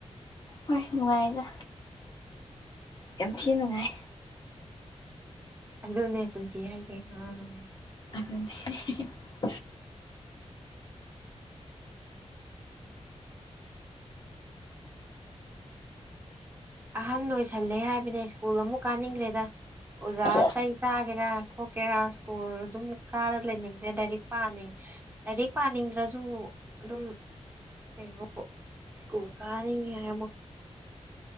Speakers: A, on the left; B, on the right.
A: ꯍꯣꯏ ꯅꯨꯡꯉꯥꯏꯗ ꯌꯥꯝ ꯊꯤꯅ ꯅꯨꯡꯉꯥꯏ꯫
B: ꯑꯗꯨꯅꯦ ꯄꯨꯟꯁꯤ ꯍꯥꯢꯌꯦ ꯎꯝ꯫
A: ꯑꯗꯨꯅꯦ <unintelligible>
B: ꯑꯍꯟ ꯑꯣꯏꯁꯜꯂꯦ ꯍꯥꯏꯕꯅꯦ ꯁ꯭ꯀꯨꯜ ꯑꯃꯨꯛ ꯀꯥꯅꯤꯡꯈ꯭ꯔꯦꯗ꯫ ꯑꯣꯖꯥ
A: ꯁꯦꯁ
B: ꯆꯩ ꯇꯥꯒꯦꯔꯥ꯫ ꯈꯣꯀꯦꯔꯥ ꯁ꯭ꯀꯨꯜ ꯑꯗꯨꯝ ꯀꯥꯔ ꯂꯩꯅꯤꯡꯗ꯭ꯔꯦ ꯂꯥꯏꯔꯤꯛ ꯄꯥꯅꯤꯡ ꯂꯥꯏꯔꯤꯛ ꯄꯥꯅꯤꯡꯗ꯭ꯔꯁꯨ ꯑꯗꯨꯝ ꯀꯩꯅꯣ ꯁ꯭ꯀꯨꯜ ꯀꯥꯅꯤꯡꯉꯦ ꯑꯃꯨꯛ꯫